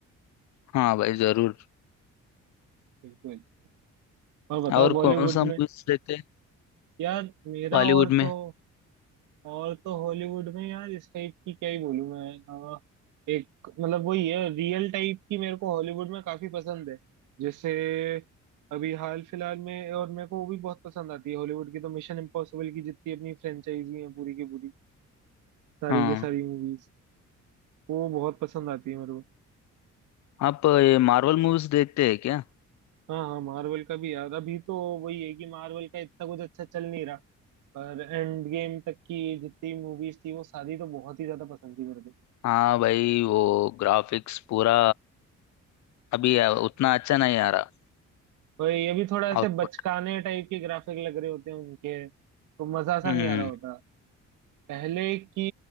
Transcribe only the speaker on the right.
बिल्कुल और बताओ
बॉलीवुड
में
यार मेरा
और तो
और तो हॉलीवुड में यार इस टाइप की क्या ही बोलूं मैं अ, एक मतलब वही है रियल टाइप की मेरे को हॉलीवुड में काफी पसंद है जैसे अभी हाल फिलहाल में और मेरे को वो भी बहुत पसंद आती है हॉलीवुड की तो मिशन इम्पॉसिबल की जितनी अपनी फ्रेंचाइजी है पूरी की पूरी सारी
की सारी मूवीज वो बहुत पसंद आती है मेरे को
हाँ हाँ मार्वल का भी यार अभी तो वही है कि मार्वल का इतना कुछ अच्छा चल नहीं रहा पर एंड गेम तक की जितनी मूवीज थी वो सारी तो बहुत ही ज्यादा पसंद थी मेरे को
वही ये भी थोड़ा ऐसे
बचकाने टाइप के ग्राफिक लग रहे होते हैं उनके तो मजा सा
नहीं आ रहा होता पहले की